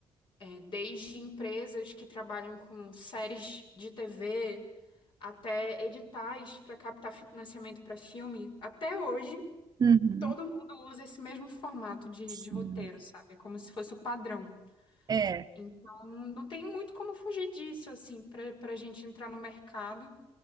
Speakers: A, on the left; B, on the right.
A: eh, desde empresas que trabalham com séries de TV até editais para captar financiamento para filme, até hoje
B: uhum,
A: todo mundo usa esse mesmo formato de,
B: sim.
A: de roteiro, sabe? É como se fosse o padrão.
B: É,
A: Então, não tem muito como fugir disso, assim, para para a gente entrar no mercado.